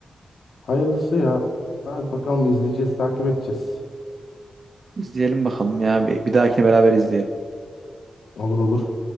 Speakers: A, on the left (about 75°); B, on the right (about 55°).
A: Hayırlısı ya. Abi bakalım izleyeceğiz, takip edeceğiz.
B: İzleyelim bakalım ya bir, bir dahakine beraber izleyelim.
A: Olur olur.